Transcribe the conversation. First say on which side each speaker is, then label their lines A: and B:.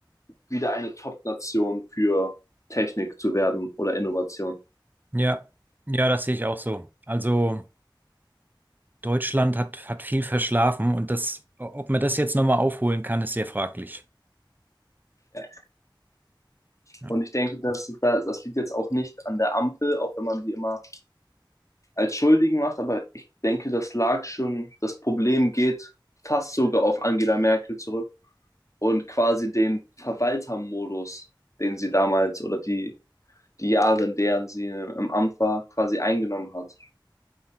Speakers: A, on the left (about 40°); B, on the right (about 20°).
A: wieder eine Top-Nation für Technik zu werden oder Innovation.
B: Ja, ja, das sehe ich auch so. Also. Deutschland hat, hat viel verschlafen und das, ob man das jetzt nochmal aufholen kann, ist sehr fraglich.
A: Ja.
B: Ja,
A: Und ich denke, dass das, das liegt jetzt auch nicht an der Ampel, auch wenn man die immer als Schuldigen macht, aber ich denke, das lag schon, das Problem geht fast sogar auf Angela Merkel zurück und quasi den Verwaltermodus, den sie damals oder die, die Jahre, in deren sie im Amt war, quasi eingenommen hat.